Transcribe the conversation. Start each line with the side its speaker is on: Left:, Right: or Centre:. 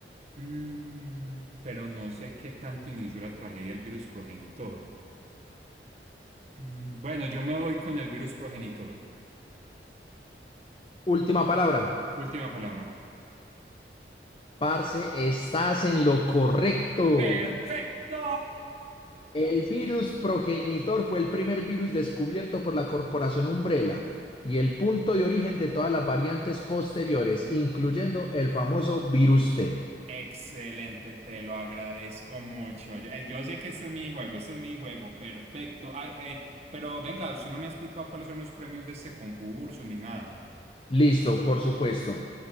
Right: Mm, pero no sé qué tanto inició la tragedia el virus progenitor. Mm, bueno, yo me voy con el virus progenitor.
Left: Última palabra.
Right: Última palabra.
Left: Parce, estás en lo correcto.
Right: ¡Perfecto!
Left: El
Right: Dios
Left: virus progenitor fue el primer virus descubierto por la corporación Umbrella y el punto de origen de todas las variantes posteriores, incluyendo el famoso virus T.
Right: Excelente, te lo agradezco mucho. Yo, eh, yo sé que este es mi juego, este es mi juego, perfecto. Ay, eh, pero venga, usted no me ha explicado cuáles son los premios de este concurso ni nada.
Left: Listo, por supuesto.